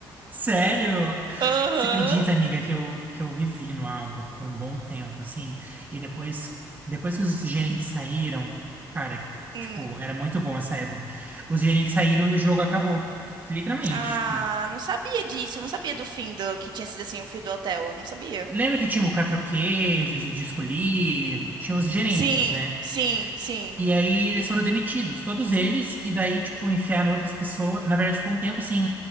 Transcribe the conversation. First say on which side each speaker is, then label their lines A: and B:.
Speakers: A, on the right; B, on the right.
A: Sério?
B: <laughs> Aham.
A: Você acredita, amiga, que eu, que eu vivi no Abo por um bom tempo, assim, e depois, depois que os gerentes saíram, cara,
B: Hum.
A: tipo, era muito bom essa época. Os gerentes saíram e o jogo acabou. Literalmente,
B: Ah,
A: tipo,
B: não sabia disso. Não sabia do fim do que tinha sido assim o fim do hotel. Eu não sabia.
A: lembra que tinha o quatro queijos, o disco Lee, tinha os gerentes,
B: Sim,
A: né?
B: sim, sim.
A: E aí eles foram demitidos, todos eles, e daí, tipo, enfiaram outras pessoas. Na verdade, ficou um tempo sem,